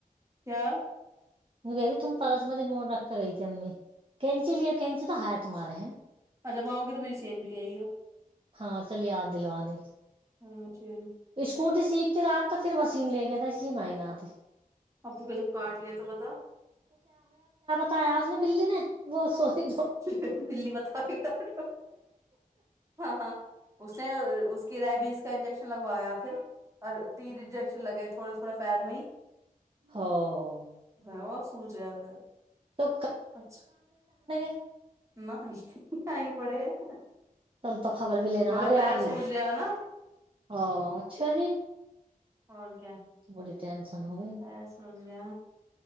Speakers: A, on the right; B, on the right.
A: کیا
B: میں کہری تم پرس ریمونٹ رکھ گئی تھی امی کینچی لیا کینچی تو ہے تمہارے ہیں نہ
A: اور جب آؤ گے تو میری چین بھی لے آئی ہو
B: ہاں چل یاد دلوا دے
A: ہاں جی
B: اسکوٹی سیکھ تھی رات تو پھر وسیم لے گیا تھا اس لیے میں نہ آتی
A: ابو کا جب کارڈ لیا تھا بتا
B: تیاج نے بلی نے وہ سوفی
A: پڑ بلی بتا کر ہاں ہاں اس نے اس کی ریبز کا انجیکشن لگوایا پھر اور تین انجیکشن لگے تھوڑے تھوڑے پیر میں ہی
B: ہاوں
A: اور سوج رہا پیر
B: تو
A: اچھا
B: <unintelligible>
A: <inaudible>
B: کل تک خبر بھی لینا
A: مگر
B: آ رہی
A: پیر
B: آ رہی
A: سوج رہا نا
B: او اچھا جی
A: اور کیا
B: بڑی ٹینشن ہوئی
A: پیر سوج رہا